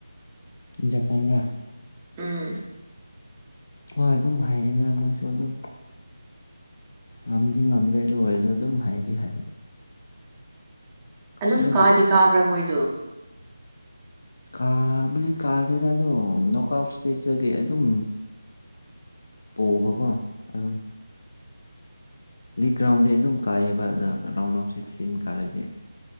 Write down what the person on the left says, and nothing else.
ꯖꯄꯥꯟ ꯔꯥ
ꯍꯣꯏ ꯑꯗꯨꯝ ꯍꯥꯏꯌꯦꯗ ꯃꯣꯏꯁꯨ ꯑꯗꯨꯝ ꯉꯝꯗꯤ ꯉꯝꯗꯦ ꯑꯗꯨ ꯑꯣꯏꯔꯁꯨ ꯑꯗꯨꯝ ꯍꯥꯏꯗꯤ ꯍꯩꯌꯦ
ꯑꯗꯨꯕꯨ
ꯀꯥꯕꯗꯤ ꯀꯥꯔꯗꯦꯗ ꯑꯗꯨꯝ ꯅꯣꯛ ꯑꯥꯎ ꯢꯁꯇꯦꯁ ꯇꯒꯤ ꯑꯗꯨꯝ ꯄꯣꯕꯀꯣ ꯑꯗꯨꯝ ꯂꯤꯛ ꯔꯥꯎꯟꯗꯤ ꯑꯗꯨꯝ ꯀꯥꯏꯌꯦꯕ ꯑꯗꯣ ꯔꯥꯎꯟ ꯑꯣꯐ ꯁꯤꯛꯁꯇꯤꯟ ꯀꯥꯔꯗꯤ